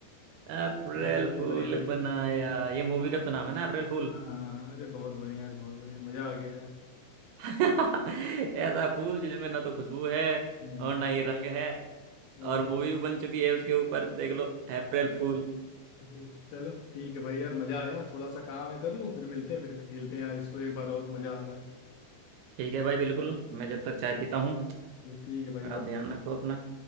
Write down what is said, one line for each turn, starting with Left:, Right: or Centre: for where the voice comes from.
Right: अप्रैल
Left: था भाई ये
Right: फूल
Left: बढ़िया था
Right: बनाया ये मूवी का तो नाम है ना अप्रैल फूल
Left: हाँ अरे बहुत बढ़िया यार बहुत बढ़िया मजा आ गया यार
Right: <laughs> ऐसा फूल जिसमें ना तो खुशबू है
Left: हम्म,
Right: और ना ही रंग है
Left: सही
Right: और मूवी भी बन चुकी है उसके ऊपर देख लो अप्रैल फूल
Left: जरूर चलो ठीक है भाई यार मजा आया थोड़ा सा काम है कर लूँ फिर मिलते हैं फिर खेलते हैं यार इसको एक बार और मजा आ रहा है
Right: ठीक है भाई बिल्कुल मैं जब तक चाय पीता हूँ
Left: चलो ठीक है भाई
Right: आप
Left: बाय
Right: ध्यान रखो अपना